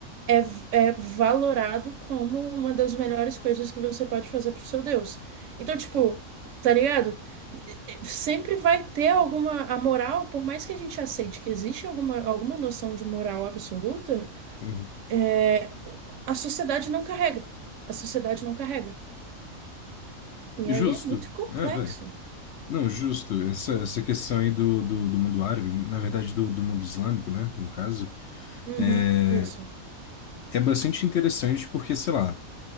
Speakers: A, on the right; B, on the left.
A: é, é valorado como uma das melhores coisas que você pode fazer pro seu Deus. Então, tipo, tá ligado? Sempre vai ter alguma. A moral, por mais que a gente aceite que existe alguma, alguma noção de moral absoluta,
B: uhum.
A: é, a sociedade não carrega. A sociedade não carrega. E
B: Justo.
A: aí é muito complexo.
B: É, velho. Não, justo. Essa, essa questão aí do, do, do mundo árabe, na verdade do, do mundo islâmico, né? No caso,
A: Uhum,
B: é,
A: isso.
B: é bastante interessante porque, sei lá.